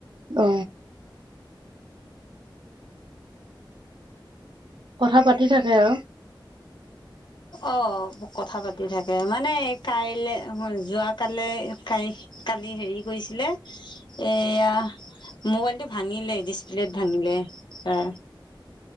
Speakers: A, on the right; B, on the left.
A: অ। কথা পাতি থাকে আও। <unintelligible>
B: অ কথা পাতি থাকে মানে কাইলৈ যোৱ কালে কাই। কালি হেৰি কৰিছিলে। এয়া মোবাইলটো ভাঙিলে ডিচপ্লেত ভাঙিলে অ।